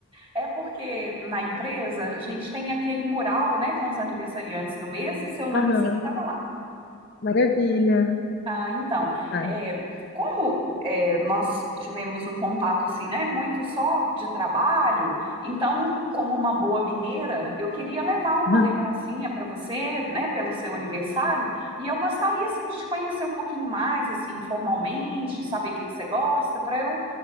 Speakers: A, on the right (about 25°); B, on the left (about 50°).
A: É porque na empresa a gente tem aquele mural, né, com os aniversariantes do mês e seu nomezinho
B: Aham,
A: estava lá.
B: maravilha.
A: Ah, então,
B: Obrigada.
A: é, como é, nós tivemos um contato assim, né, muito só de trabalho, então, como uma boa mineira, eu queria levar uma
B: <laughs>
A: lembrancinha para você, né, pelo seu aniversário, e eu gostaria assim de te conhecer um pouquinho mais, assim, formalmente, saber o que que você gosta, para eu